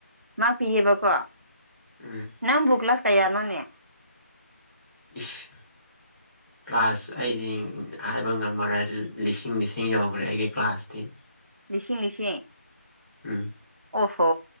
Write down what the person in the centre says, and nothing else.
ꯎꯝ
ꯏꯁ
ꯀ꯭ꯂꯥꯁ ꯑꯩꯗꯤ ꯍꯥꯏꯕ ꯉꯝꯃꯔꯣꯏ ꯂꯤꯁꯤꯡ ꯂꯤꯁꯤꯡ ꯌꯧꯈ꯭ꯔꯦ ꯑꯩꯒꯤ ꯀ꯭ꯂꯥꯁꯇꯤ
ꯎꯝ